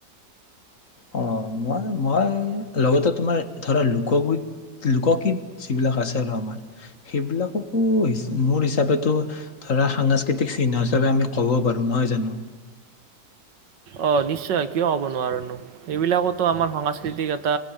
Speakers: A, on the left; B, on the right.
A: অ মই লগতে তোমাৰ ধৰা লোকগীত লোকগীত যিবিলাক আছে আৰু আমাৰ সেইবিলাককো মোৰ হিচাপে ধৰা সাংস্কৃতিক চিহ্ন হিচাপে আমি কব পাৰো। নহয় জানো
B: অঁ নিশ্চয় কিয় ক'ব নোৱাৰনো এইেবিলাকতো আমাৰ সাংস্কৃতিক এটা